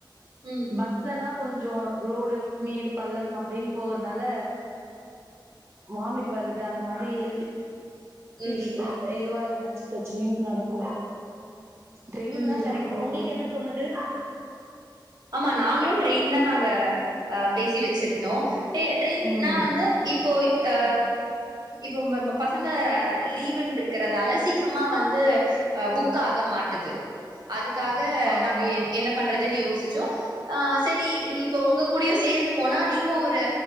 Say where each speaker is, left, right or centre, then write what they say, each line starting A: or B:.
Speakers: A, on the right; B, on the right.
A: ம்
B: பஸ்லனாப் கொஞ்சோ ரோடு மேடு பள்ளம் அப்பிடின்னு போறானால வாமிட் வர்றது அந்த மாரி ஹெல்த்து
A: ம்
B: ஸ் எது <unintelligible> னாச்சு பிரச்சனையு நடக்கு ட்டெயின்தா
A: ம்
B: கரெக்ட்டு
A: ம்
B: உங்களுக்கு என்ன தோணுது
A: ஆமா நாங்களு ட்ரெயின் தா நாங்க ஆ, பேசி வச்சிருந்தோ டெ ட்ரெயின்னா
B: ம்
A: வந்து இப்போ ஆ இப்போ <unintelligible> பசங்க ர லீவ்ன்ருக்கு க்கறதால சீக்கிரமா வந்து ஆ புக் ஆக மாட்டுது அதுக்காக
B: ஆமா
A: நாங்க என்ன பண்றதுன்னு யோசிச் ச்சோ ஆ செரி நீ இப்போ உங்க கூடியு சேந்து போனா நீங்க ஒரு